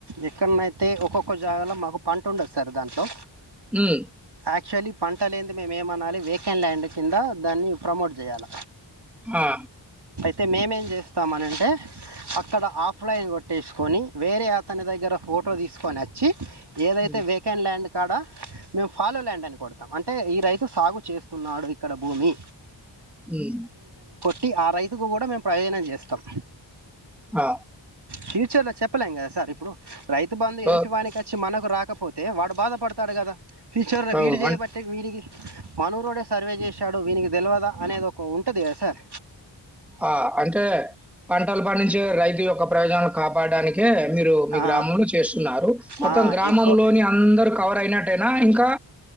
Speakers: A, on the right (about 55°); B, in the centre.
A: ఎక్కడ్నయితే ఒక్కొక్క జాగల మాకు పంటుండదు సార్ దాంట్లో.
B: హ్మ్.
A: అక్చుఅల్లీ పంట లేంది మేమేమనాలి, వేకెండ్ ల్యాండ్ కింద దాన్ని ప్రమోట్ చేయాల.
B: హా
A: తె మేమేం చేస్ స్తామనన్టే అక్కడ ఆఫ్లైన్ కొట్టేసుకొని. వేరే అతని దగ్గర, ఫోటో తీస్ సుకొనచ్చి ఏదైతే
B: హ్మ్.
A: వేకెండ్ ల్యాండ్ క్కడ మేము ఫాలో ల్యాండ్ అని కొడతాం. అంటే ఈ రైతు సాగు చేస్తున్నాడు ఇక్కడ భూమి.
B: ఉమ్
A: ట్టి ఆ రైతుకు కూడ, మేము ప్రయోజనం చేస్ తం
B: ఆ
A: ఫ్యూచర్ లో చెప్పలేం కదా సార్, ఇప్పుడు రైతు బంధు
B: సో
A: ఎదుటి వానికచ్చి మనకు రాక్ కపోతే వాడు బాధపడతాడు గదా? ఫ్యూచర్ల
B: అవును.
A: వీడు చేయబట్టే
B: అన్
A: వీడికి మనూరోడే సర్వే చేశాడు, వీనికి తెల్వదా? అనేది ఒక ఉంటుంది కదా సార్.
B: ఆ, అంటే? పంటలు పండించే రైతు యొక్క ప్రయోజనాలు కాపాడడానికే మీరు మీ
A: ఆ
B: గ్రామంలో చేస్తున్నారు మొత్తం
A: ఆ
B: గ్రామంలోని
A: ఎక్కువ
B: అందర్ కా వర్ అయినట్టేనా ఇంకా